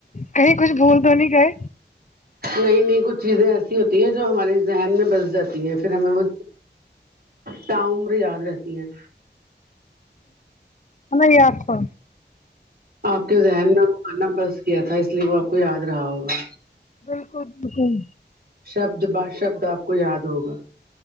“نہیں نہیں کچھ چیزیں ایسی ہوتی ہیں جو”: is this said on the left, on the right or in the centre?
Right